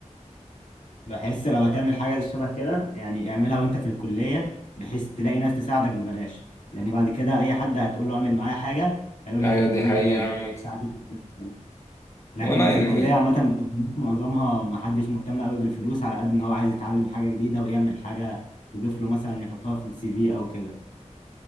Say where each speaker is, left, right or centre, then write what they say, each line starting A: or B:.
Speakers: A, on the left; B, on the left.
A: بحس لو هتعمل حاجة شبه كده يعني اعملها وانت في الكلية بحيث تلاقي ناس تساعدك ببلاش لأن بعد كده أي حد هتقول له اعمل معايا حاجة هيقول
B: ايوه
A: لك هتديني
B: دي حقيقة
A: كام
B: عامة
A: هتديني كام. لكن
B: ولا
A: في
B: يعني
A: الكلية عامة بتبقى معظمها ما حدش مهتم قوي بالفلوس على قد إن هو عايز يتعلم حاجة جديدة ويعمل حاجة تضيف له مثلا يحطها في السي في أو كده